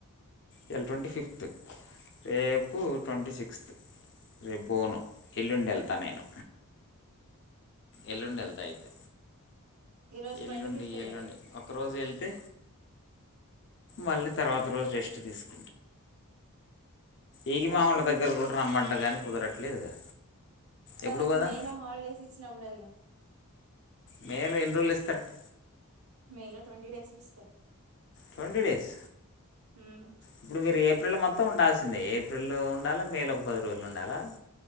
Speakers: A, on the left (about 55°); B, on the right (about 75°).
A: ఇలా ట్వంటీ ఫిఫ్త్ రేపు ట్వంటీ సిక్స్త్ రే బోను ఎల్లుండి వెళ్తా నేను ఎల్లుండి వెళ్తాయితే
B: ఈరోజు
A: ఎల్లుండి
B: ట్వంటీ ఫిఫ్త్
A: ఎల్లుండి
B: డాడీ
A: ఒక రోజు వెళ్తే మళ్ళీ తర్వాత రోజు రెస్ట్ తీసుకు ఏగి
B: ఈరోజు
A: మాములు
B: ట్వంటీ
A: దగ్గర
B: ఫిఫ్త్
A: కూడా రమ్మంట కానీ కుదరట్లేదుగా
B: తర్వాత
A: ఎప్పుడు పోదాం
B: మేలో హాలిడేస్ ఇచ్చినప్పుడు ఎల్లా
A: మేల ఎన్ని రోజులు ఇస్తారంట
B: మే లో ట్వంటీ డేస్ ఇస్తారు
A: ట్వంటీ డేస్
B: ఉమ్
A: ఇప్పుడు మీరు ఏప్రిల్ మొత్తం ఉండాల్సిందే ఏప్రిల్ లో ఉండాలా మేలో ఒక పది రోజులు ఉండాలా